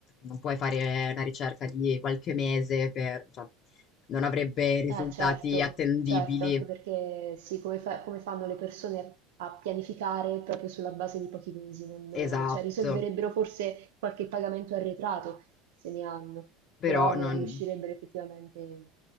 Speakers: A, on the left (about 40°); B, on the right (about 85°).
A: non puoi fare una ricerca di qualche mese per, cioè, non avrebbe risultati
B: Eh, certo,
A: attendibili.
B: certo, anche perché sì, come, fa- come fanno le persone a, a pianificare proprio sulla base di pochi mesi? Non-
A: Esatto,
B: cioè, risolverebbero forse qualche pagamento arretrato, se ne hanno,
A: però
B: però
A: non...
B: non riuscirebbero effettivamente.